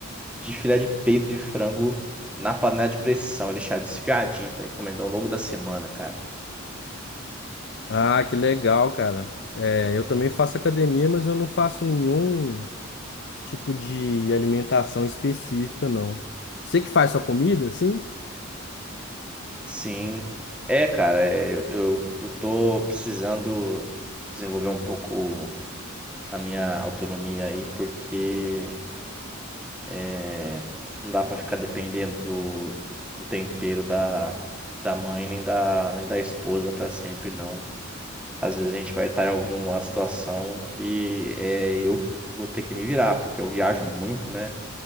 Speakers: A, in the centre; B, on the left.
A: de filé de peito de frango na panela de pressão e deixar desfiadinho para encomendar ao longo da semana, cara.
B: Ah, que legal, cara. É, eu também faço academia, mas eu não faço nenhum tipo de alimentação específica, não. Você que faz sua comida, sim?
A: Sim. É, cara, é, eu, eu, eu tô precisando desenvolver um pouco a minha autonomia aí, porque é, não dá pra ficar dependendo do, do tempero da, da mãe nem da, nem da esposa pra sempre, não. Às vezes a gente vai estar em alguma situação que é, eu vou ter que me virar, porque eu viajo muito, né,